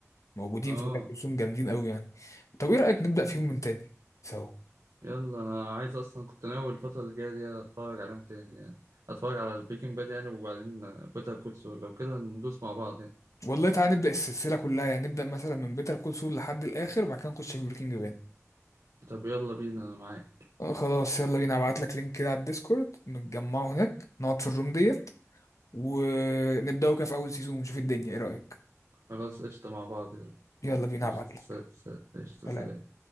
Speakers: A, on the left; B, on the right.
A: موجودين
B: اه
A: في بيتر كول سول جامدين قوي يعني طب ايه رأيك نبدأ
B: طب
A: فيهم من تاني سوا
B: يلا انا عايز اصلا كنت ناوي الفترة الجاية دي اتفرج عليهم تاني يعني اتفرج على البريكنج باد يعني وبعدين بيتر كول سول لو كده ندوس مع بعض يعني
A: والله تعالى نبدأ السلسلة كلها يعني نبدأ مثلا من بيتر كول سول لحد الآخر وبعد كده نخش في بريكنج باد
B: طب يلا بينا انا معاك
A: خلاص يلا بينا ابعت لك لينك كده على الديسكورد نتجمعوا هناك نقعد في الروم ديت ونبداوا كده في اول سيزون ونشوف الدنيا ايه رأيك
B: خلاص قشطة مع بعض يلا
A: يلا بينا
B: قشطة
A: ابعت لك
B: س- س- قشطة
A: سلام
B: سلام